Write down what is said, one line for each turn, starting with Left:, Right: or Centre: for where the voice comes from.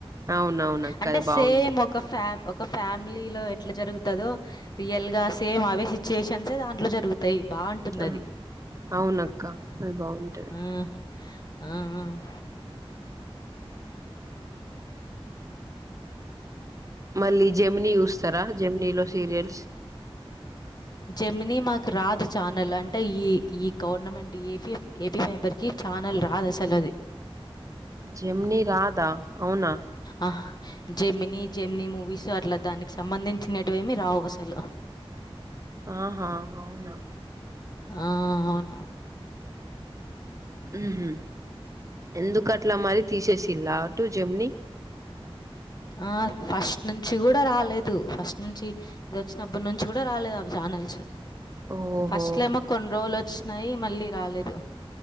Right: అవునవునక్క
Left: అంటే
Right: అది బాగుంటది
Left: సేమ్ ఒక ఫా ఒకఫ్యామిలీలో ఎట్లా జరుగుతాదో రియల్ గా సేమ్ అవే సిచ్యుయేషన్సే దాంట్లో జరుగుతాయి బాగుంటుంది
Right: ఆ
Left: అది
Right: అవునక్క అది బాగుంటది
Left: ఉమ్మ్
Right: మళ్ళీ జెమిని చూస్తారా జెమినీలో సీరియల్స్
Left: జెమిని మాకు రాదు ఛానల్ అంటే ఈ ఈ గవర్నమెంట్ ఏపీ ఏపీ ఫైబర్ కి ఛానల్ రాదు అసలు అది
Right: జెమిని రాదా? అవునా?
Left: ఆహ్ జెమిని జెమిని మూవీస్ అట్లా దానికి సంబంధించినేటివి ఏమి రావు అసలు
Right: ఆహా అవునా
Left: ఆ అవును
Right: ఉహు ఎందుకు అట్లా మరి తీసేసిన్రా అటు జెమిని
Left: ఆ ఫస్ట్ నుంచి కూడా రాలేదు, ఫస్ట్ నుంచి ఇదొచ్చినప్పటి నుంచి గూడా రాలేదు అవి ఛానల్స్
Right: ఓహో
Left: ఫస్ట్ లో ఏమో కొన్ని రోజులు వొచ్చినాయి మళ్ళీ రాలేదు